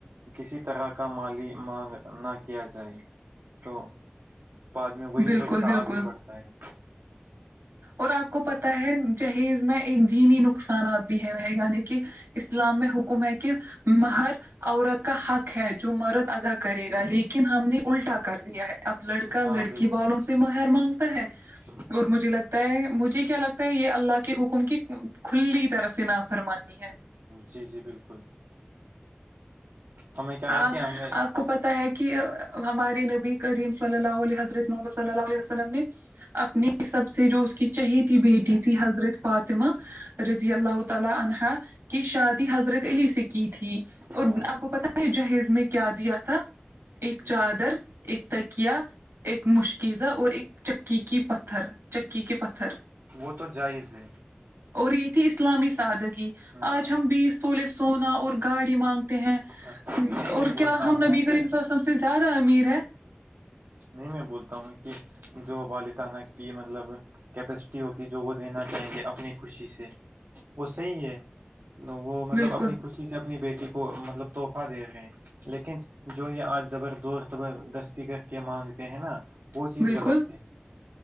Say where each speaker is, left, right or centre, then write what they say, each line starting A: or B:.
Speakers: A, on the right (about 70°); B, on the right (about 85°).
A: کسی طرح کا مالی مانگ نہ کیا جائے تو بعد میں وہی
B: بالکل
A: رشتہ آگے
B: بالکل
A: بڑھتا ہے
B: اور آپ کو پتا ہے چہیز میں ایک دینی نقصانات بھی ہے یعنی کہ اسلام میں حکم ہے کہ مہر عورت کا حق ہے جو مرد ادا کرے گا لیکن ہم نے الٹا کر دیا ہے اب لڑکا
A: ہاں
B: لڑکی والوں سے مہر مانگتا ہے
A: بالکل
B: اور مجھے لگتا ہے مجھے کیا لگتا ہے یہ اللہ کے حکم کی کھلی طرح سے نافرمانی ہے
A: جی جی بالکل ہمیں کیا
B: آ
A: ہے کہ ہمیں
B: آپ کو پتا ہے کہ ہماری نبی کریم صلی اللہ علیہ حضرت محمد صلی اللہ علیہ وسلم نے اپنی سب سے جو اس کہ چہیتی بیٹی تھی حضرت فاطمہ رضی اللہ تعالی عنہا کی شادی حضرت علی سے کی تھی اور
A: ہاں
B: آپ کو پتا جہیز میں کیا دیا تھا ایک
A: ہم،
B: چادر ایک تکیا ایک مشکیزا اور ایک چکی کی پتھر چکی کے پتھر
A: وہ تو جائز ہے
B: اور یہ تھی اسلامی سادگی
A: ہاں
B: آج ہم بیس سولے سونا اور گاڑی مانگتے ہیں
A: ہاں، نہیں
B: اور
A: میں
B: کیا
A: بولتا
B: ہم
A: ہوں
B: نبی کریم
A: کہ
B: صلی اللہ وسلم سے زیادہ امیر ہے
A: نہیں میں بولتا ہوں کہ جو والدانہ کی مطلب کیپیسٹی ہوگی جو وہ دینا چاہیں گے اپنی خوشی سے وہ صحیح ہے وہ مطلب
B: بالکل
A: اپنی خوشی سے اپنی بیٹی کو مطلب تحفہ دے رہے ہیں لیکن جو یہ آج زبر دور زبردستی کر کہ مانگتے ہیں نا وہ چیز
B: بالکل
A: غلط ہے